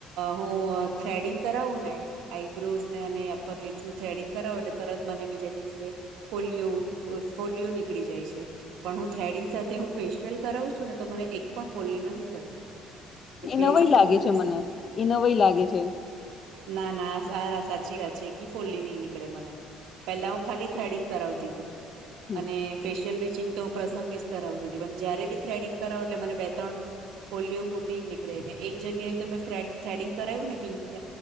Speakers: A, on the right; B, on the left.
A: હું થ્રેડિંગ કરાવું ને આઈબ્રોઝ ને અને અપર લિપ્સ નું થ્રેડિંગ કરાવો એટલે તરત મને બીજા દિવસે ફોલિયો ફોલિયો નીકળી જાય છે. પણ હું થ્રેડિંગ સાથે હું ફેશિયલ કરાવું છું ને તો મને એક પણ ફોલ્લી નથી થતી. એટલે
B: એ
A: ફેસ
B: નવાઈ
A: બહુ
B: લાગે
A: સરસ
B: છે મને એ નવાઈ લાગે છે.
A: ના ના આ સાચી વાત છે એક બી ફૂલ્લી નઈ નીકળે મને પેલા હું ખાલી થ્રેડિંગ કરાવતી હતી
B: હમ
A: અને ફેશિયલ બ્લીચીંગ તો પ્રસંગે જ કરાવતી હતી પણ જ્યારે બી થ્રેડિંગ કરાવ એટલે મ બે ત્રણું ફીલિયો ફૂટી જ નીકળે ને એક જગ્યાએ તો મેં થ્રેડિંગ કરાવ્યું ને પિંક